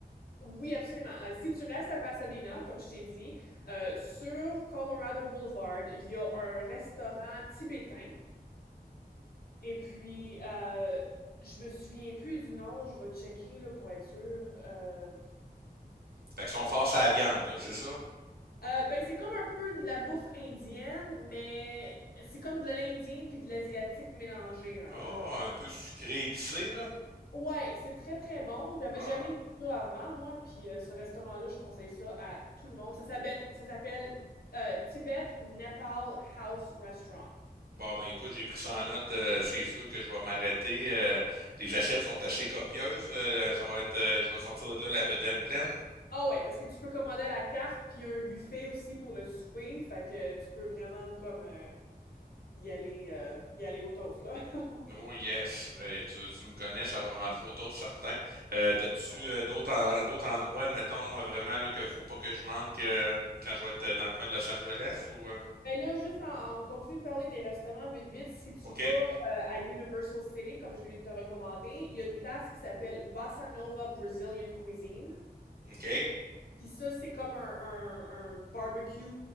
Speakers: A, on the left; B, on the right.
A: Oui, absolument. Euh, si tu restes à Pasadena, comme je t'ai dit, euh, sur Colorado Boulevard, il y a un restaurant tibétain. Et puis, euh, je me souviens plus du nom, je vais checker là, pour être sûre. Euh,
B: Fait que sont forts à la viande, là, c'est ça?
A: Euh, ben, c'est comme un peu de la bouffe indienne, mais c'est comme de l'indien puis de l'asiatique mélangé un
B: Ah,
A: peu.
B: un peu sucré épicé, là?
A: Ouais, c'est très très bon. J'avais
B: Ah.
A: jamais vu ça avant, moi, puis euh, ce restaurant-là, je conseille ça à tout le monde. Ça s'appelle, ça s'appelle euh, Tibet Nepal House Restaurant.
B: Bon, ben écoute, j'ai pris ça en note. euh, c'est sûr que je vais m'arrêter. euh, les assiettes sont assez copieuses. euh, ça va être, euh, je vais sortir de là la bedaine pleine.
A: Ah ouais, parce que tu peux commander à la carte, puis il y a un buffet aussi pour le souper, fait que tu peux vraiment comme euh, y aller, euh, y aller au toast, là. <laughs>
B: Oh yes, Hey, tu, tu me connais, ça va rentrer au toast certain. Euh, t'as-tu
A: Ouais.
B: euh, d'autres en- d'autres endroits, admettons euh, vraiment là, que faut pas que je manque euh, quand je vais être euh, dans le coin de Los Angeles ou euh,
A: Ben là, juste en- on continue de parler des restaurants vite vite. Si tu
B: OK,
A: vas euh, à Universal City, comme je viens de te recommander, il y a une place qui s'appelle Bossa Nova Brazilian Cuisine.
B: OK.
A: Puis ça, c'est comme un, un- un barbecue